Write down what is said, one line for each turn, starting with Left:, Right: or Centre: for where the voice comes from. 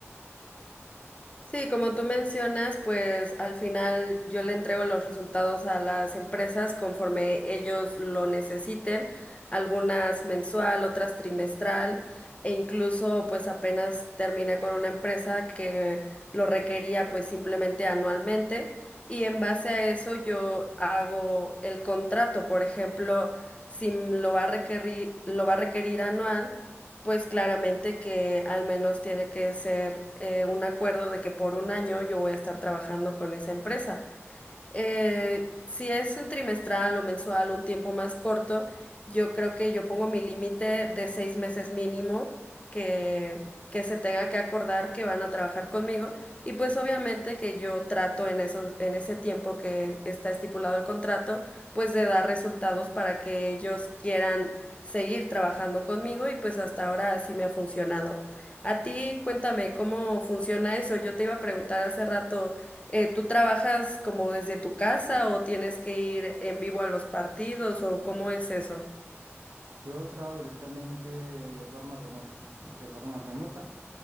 Left: Sí, como tú mencionas, pues al final yo le entrego los resultados a las empresas conforme ellos lo necesiten, algunas mensual, otras trimestral, e incluso pues apenas terminé con una empresa que lo requería pues simplemente anualmente y en base a eso yo hago el contrato, por ejemplo, si lo va a requerir, lo va a requerir anual. Pues claramente que al menos tiene que ser eh, un acuerdo de que por un año yo voy a estar trabajando con esa empresa. Eh, si es un trimestral o mensual, un tiempo más corto, yo creo que yo pongo mi límite de seis meses mínimo que, que se tenga que acordar que van a trabajar conmigo. Y pues obviamente que yo trato en esos, en ese tiempo que está estipulado el contrato, pues de dar resultados para que ellos quieran seguir trabajando conmigo y pues hasta ahora así me ha funcionado. A ti, cuéntame cómo funciona eso. Yo te iba a preguntar hace rato. Eh, ¿tú trabajas como desde tu casa o tienes que ir en vivo a los partidos o cómo es eso?
Right: Yo trabajo directamente de forma remota. De forma remota.